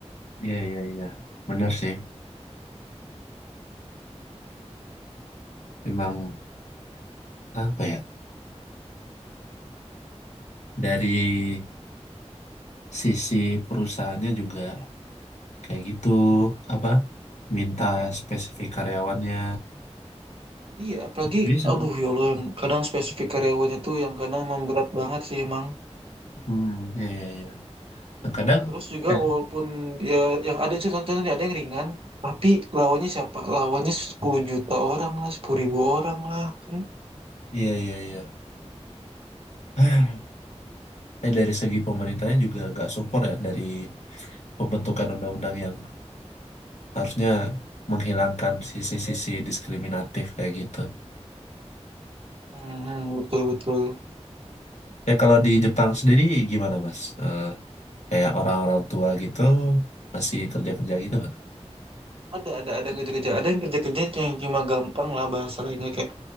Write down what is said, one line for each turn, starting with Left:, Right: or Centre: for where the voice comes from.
Left: Iya, iya, iya. Benar sih. Memang apa ya? Dari sisi perusahaannya juga kayak gitu, apa? Minta spesifik karyawannya.
Right: Iya, apalagi
Left: Jadi, se-
Right: aduh ya Allah yang kadang spesifik karyawannya tuh yang kadang emang berat banget sih emang.
Left: hmm, iya, iya, iya. Dan kadang,
Right: Terus juga
Left: eh,
Right: walaupun ya yang ada itu satu ada yang ringan, tapi lawannya siapa? Lawannya 10 juta orang lah, sepuluh ribu orang lah kan.
Left: iya, iya, iya. Ah, Eh, dari segi pemerintahnya juga nggak support ya dari pembentukan undang-undang yang harusnya menghilangkan sisi-sisi diskriminatif kayak gitu.
Right: Hmm, betul betul.
Left: Eh, kalau di Jepang sendiri gimana, Mas? Eh, Kayak orang-orang tua gitu masih kerja-kerja gitu nggak?
Right: Ada ada ada yang kerja-kerja, ada yang kerja-kerja yang cuma gampang lah bahasa lainnya kayak